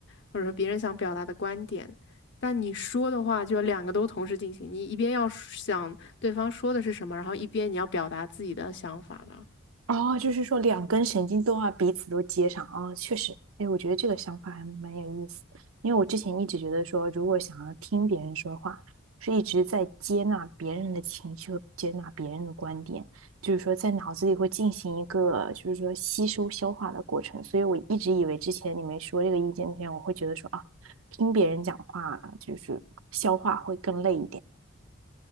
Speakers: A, on the left (about 55°); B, on the right (about 75°).
A: 或者说别人想表达的观点。但你说的话就要两个都同时进行，你一边要想对方说的是什么，然后一边你要表达自己的想法吧。
B: 哦，就是说两根神经都要彼此都接上啊，哦确实，哎，我觉得这个想法还蛮有意思，因为我之前一直觉得说，如果想要听别人说话，是一直在接纳别人的情绪和接纳别人的观点，就是说在脑子里会进行一个就是说吸收消化的过程，所以我一直以为之前你没说这个意见之前，我会觉得说啊，听别人讲话就是消化会更累一点。